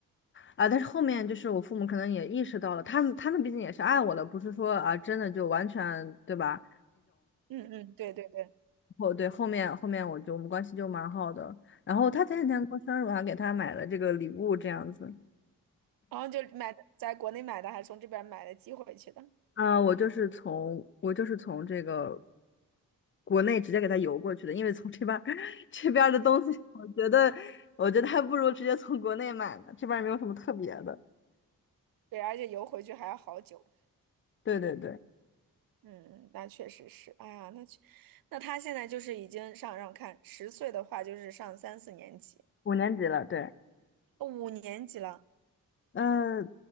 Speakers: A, on the left; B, on the right.
A: 啊，但是后面就是我父母可能也意识到了，他们他们毕竟也是爱我的，不是说啊真的就完全对吧？
B: 嗯嗯，对对对，
A: 后对后面后面我就我们关系就蛮好的，然后他前几天过生日，我还给他买了这个礼物这样子。
B: 然后就买的，在国内买的，还从这边买的寄回去的，
A: 啊、我就是从我就是从这个国内直接给他邮过去的，因为从这边儿 <laughs> 这边儿的东西，我觉得我觉得还不如直接从国内买呢，这边儿也没有什么特别的。
B: 对，而且邮回去还要好久。
A: 对对对，
B: 嗯，那确实是，哎呀，那确那他现在就是已经上让看十岁的话，就是上三四年级，
A: 五年级了，对，
B: 哦五年级了。
A: 呃，